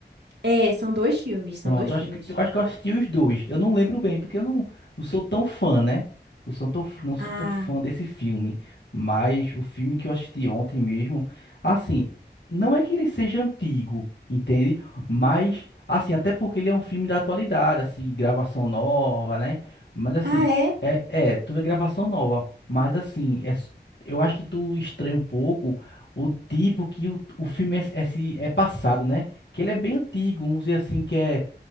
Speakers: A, on the right; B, on the left.
A: É, são dois filmes, são
B: Pronto,
A: dois
B: eu
A: filmes.
B: acho que eu acho que eu assisti os dois. Eu não lembro bem, porque eu não, não sou tão fã, né? Não sou tão, não sou
A: Ah,
B: tão fã desse filme. Mas o filme que eu assisti ontem mesmo, assim, não é que ele seja antigo, entende? Mas, assim, até porque ele é um filme da atualidade, assim, gravação nova, né? Mas assim,
A: ah é?
B: é, é, tudo é gravação nova. Mas assim, é, s- eu acho que tu estranha um pouco o tipo que o, o filme é, é, se- é passado, né? Que ele é bem antigo, vamos dizer assim, que é